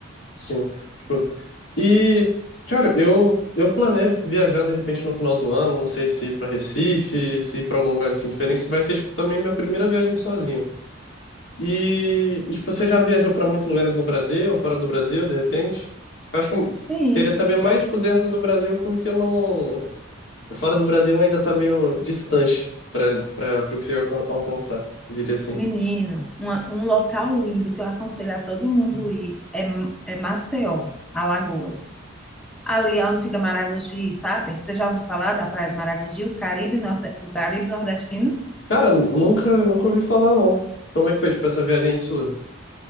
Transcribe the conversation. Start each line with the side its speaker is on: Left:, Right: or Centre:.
Left: Sim. Tipo, e, cara, eu, eu planejo viajar de repente no final do ano. Não sei se ir pra Recife, se ir pra algum lugar assim diferente. Vai ser, tipo, também minha primeira viagem sozinho. E tipo, você já viajou para muitos lugares no Brasil, fora do Brasil, de repente? Eu acho que eu
Centre: Sim.
Left: queria saber mais
Centre: Eu
Left: tipo, dentro do Brasil, porque eu não. Fora do Brasil ainda tá meio distante para para o que você ia alcan- alcançar, eu diria assim.
Centre: Menino, uma- um local lindo que eu aconselho a todo mundo ir é, é Maceió, Alagoas. Ali é onde fica Maragogi, sabe? Você já ouviu falar da Praia de Maragogi, o Caribe, Norde- o Caribe nordestino?
Left: Cara, nunca nunca ouvi falar, não. Como é que foi, tipo, essa viagem aí sua?